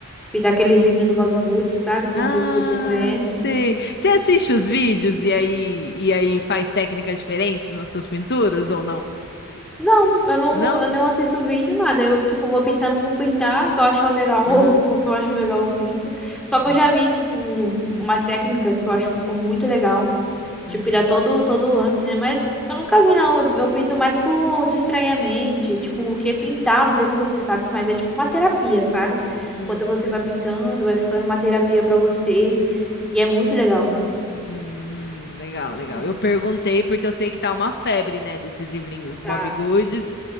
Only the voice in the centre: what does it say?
pintar aqueles livros do Bob Good, sabe? Que
não sei se você conhece.
Não, eu não,
eu não assisto vídeo, nada. Eu, tipo, vou pintando por pintar, que eu acho legal,
<laughs> o que eu acho legal eu pinto. Só que
eu já vi, tipo, um- umas técnicas que eu acho que ficou muito legal. Tipo,
que dá todo, todo o amp, né? Mas eu nunca vi, não. Eu, eu pinto mais por distrair a mente. Tipo, porque pintar, não sei se você sabe, mas é tipo uma terapia, sabe?
Enquanto você vai pintando, vai ficando uma terapia pra você. E é muito legal.
Muito
bom.
Tá,